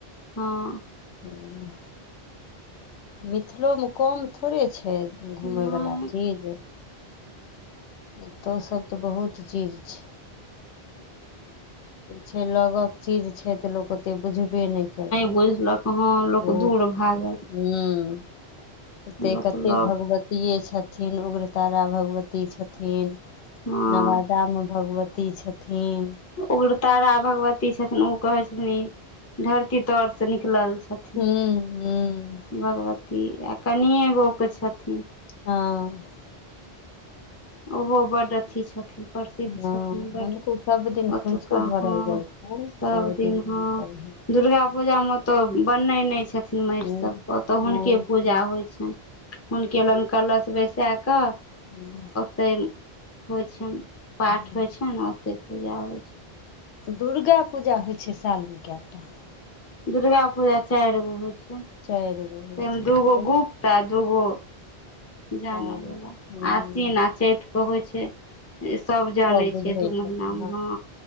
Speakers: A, on the left (about 20°); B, on the left (about 85°).
A: हँ
B: हं मिथिलोमे कम थोड़े छै घुमयवला
A: नहि
B: चीज एतौ सब तऽ बहुत चीज छै छै लगक चीज छै तऽ लोक ओते बुझबे नहि केलक
A: बुझलक हँ लोक दूर भागल
B: हं हते
A: लोक
B: कते
A: लग
B: भगवती पीये छथिन उग्रतारा भगवती छथिन
A: हँ
B: नवादामे भगवती ति छथिन
A: उग्रतारा भगवती छथिन ओ कहे छथिन ई धरती तर से निकलल छथिन
B: हुँ हूँ
A: भगवती आ कनियए गोके छथिन
B: हँ
A: ओहो बड अथी छथिन प्रसिद्ध
B: हँ
A: छथिन बड
B: हुनको सब दिन
A: ओतुका
B: खोंइछो भरल
A: हं
B: जाइ छनि
A: सभ
B: सब दिन हुनकर
A: हँ दुर्गा पूजा मे ओतऽ बनै नहि छथिन
B: हँ
A: माटि सभ ओतय
B: हँ
A: हुनके पूजा होइ छनि हुनके लग कलश बैसा कऽ
B: हूँ
A: तैमे होइ छनि पाठ
B: हँ
A: होइ छै न ओतय पूजा होइ छ
B: दुर्गा पूजा होइ छै सालमे कएटा
A: दुर्गा पूजा चारि गो होइ छै
B: चारि गो होइ
A: तइमे
B: छै
A: दूगो गुप्ता दूगो जान
B: हँ
A: वाल
B: हूं
A: आसीन आ चैत के होइ छै सभ जानै
B: सब बुझै
A: छै दू महीना
B: छथिन
A: में हँ